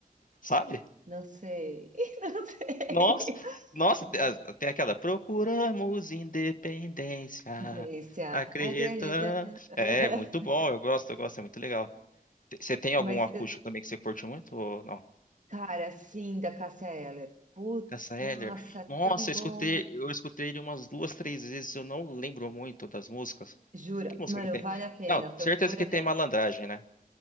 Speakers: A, on the left (about 60°); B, on the right (about 55°).
A: Sabe?
B: não sei. <laughs> Não sei.
A: Nossa, nossa, tem
B: Mas-
A: as- tem aquela Procuramos Independência,
B: Desse,
A: acredita.
B: ah, <laughs>
A: É, muito bom, eu gosto, eu gosto, é muito legal. Te- Você tem algum
B: Mas,
A: acústico
B: eu-
A: também que você curte muito ou não?
B: cara, sim, da Cássia Eller. Putz,
A: Cássia Eller.
B: nossa, tão
A: Nossa, eu
B: bom.
A: escutei, eu escutei ele umas duas, três vezes, eu não lembro muito das músicas.
B: Jura,
A: Que música
B: mano,
A: que tem?
B: vale a pena.
A: Não, certeza
B: Procura.
A: que tem Malandragem, né?